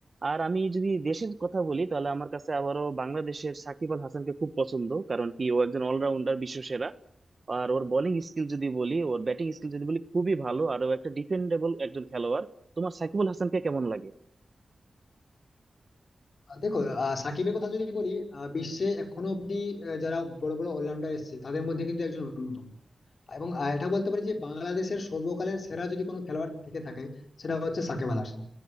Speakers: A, on the right; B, on the left.
A: আর আমি যদি দেশের কথা বলি তাহলে আমার কাছে আবারও বাংলাদেশের সাকিব আল হাসানকে খুব পছন্দ কারণ কি ও একজন অলরাউন্ডার বিশ্বসেরা আর ওর বোলিং স্কিল যদি বলি ওর ব্যাটিং স্কিল যদি বলি খুবই ভালো আর ও একটা ডিফেন্ডেবল একজন খেলোয়াড় তোমার সাকিব আল হাসানকে কেমন লাগে
B: আহ দেখো আহ, সাকিবের কথা যদি বলি আহ, বিশ্বে এখনো অব্দি আহ, যারা বড় বড় অলরাউন্ডার এসেছে তাদের মধ্যে কিন্তু একজন অন্যতম এবং আহ, এটা বলতে পারি যে বাংলাদেশের সর্বকালের সেরা যদি কোনো খেলোয়াড় থেকে থাকে সেটা হচ্ছে সাকিব আল হাসান